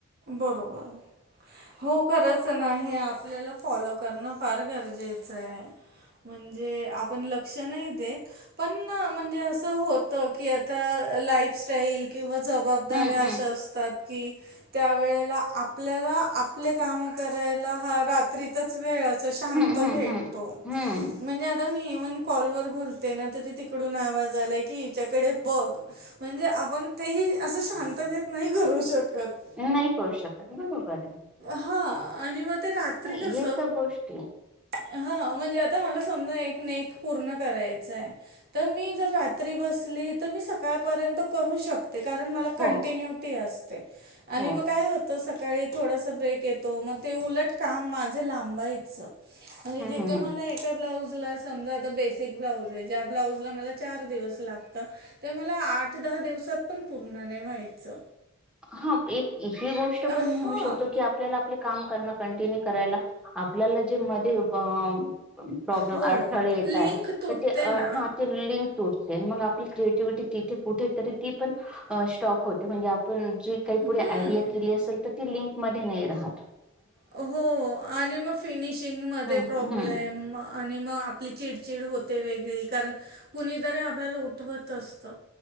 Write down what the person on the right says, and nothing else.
बरोबर हो खरच नाही आपल्याला फॉलो करणं फार गरजेचं आहे म्हणजे आपण लक्ष नाही देत पण म्हणजे असं होत की आता लाईफस्टाईल किंवा जबाबदाऱ्या
अशा
असतात की त्या वेळेला आपल्याला आपले काम करायला हा रात्रीतच वेळ असो शांत
भेटतो
म्हणजे आता मी कॉल वर बोलतय ना तिकडून आवाज आलाय की हच्याकडे बग. म्हणजे आपण तेही असं शांततेत नाही करू शकत
हा आणि मग ते रात्री
कस
म्हणजे आता मला समजा एक न एक पूर्ण करायच आहे तर मी इथे रात्री बसली तर सकाळपर्यंत करू शकत ते कारण मला कंटिन्युटी
असते आणि
मग काय होत सकाळी थोडास ब्रेक येतो मग ते उलट काम माझं लांबायचं म्हणजे
जिथे
मला एका ब्लाउज समाज आता बेसिक ब्लाऊज आहे त्या ब्लाऊज ला चार दिवस लागतात तर मला आठ दहा दिवसात पण पूर्ण नाही व्हायच
हां
हो
लिंक
तुटते
ना
हम्म
हो आणि मग फिनिशिंग मध्ये
प्रॉब्लेम
आणि मग आपली चिडचिड होते वेगळी कारण कुणीतरी आपल्याला उठवत असत